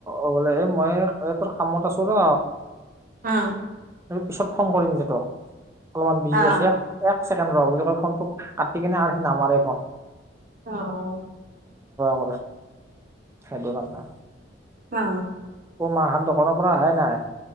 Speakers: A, on the right; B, on the right.
A: অ বোলে এ মই এই তোৰ কামত আছো ৰ।
B: অ।
A: এই পিছত ফোন কৰিম দে তক অলপমান বিজি
B: অ',
A: আছে এক এক চে ৰ বুলি কয় ফোনটো কাটি কিনে আৰ সি নামাৰে ফন।
B: অ অ।
A: কৰে সেইটো কাৰণে
B: অ।
A: মা হত দোকানৰ পৰা অহাই নাই।